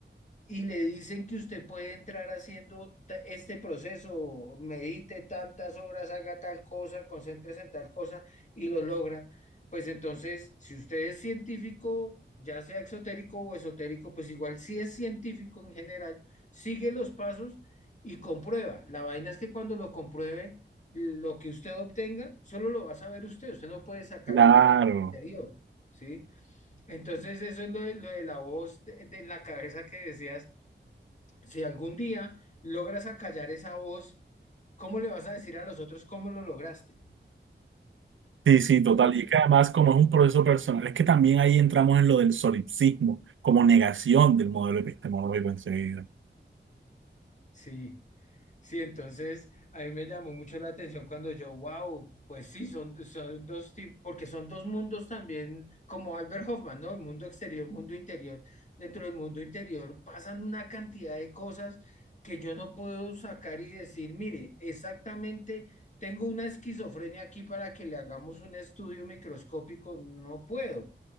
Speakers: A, on the left; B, on the right.
A: y le dicen que usted puede entrar haciendo ta- este proceso, medite tantas horas, haga tal cosa, concéntrese en tal cosa y lo logra, pues entonces, si usted es científico, ya sea exotérico o esotérico, pues igual si es científico en general, sigue los pasos y comprueba. La vaina es que cuando lo compruebe, lo que usted obtenga, solo lo va a saber usted, usted no puede sacarlo
B: Claro.
A: al mundo exterior, ¿sí? Entonces, eso es lo de, lo de la voz de, de la cabeza que decías si algún día logras acallar esa voz, ¿cómo le vas a decir a los otros cómo lo lograste?
B: Sí, sí, total.
A: ¿Cómo te-
B: Y es que además, como es un proceso personal, es que también ahí entramos en lo del solipsismo, como negación del modelo epistemológico enseguida.
A: Sí, sí, entonces a mí me llamó mucho la atención cuando yo, wow, pues sí, son, son dos tipos, porque son dos mundos también, como Albert Hoffman, ¿no? El mundo exterior, mundo interior. Dentro del mundo interior pasan una cantidad de cosas que yo no puedo sacar y decir, mire, exactamente. Tengo una esquizofrenia aquí para que le hagamos un estudio microscópico, no puedo.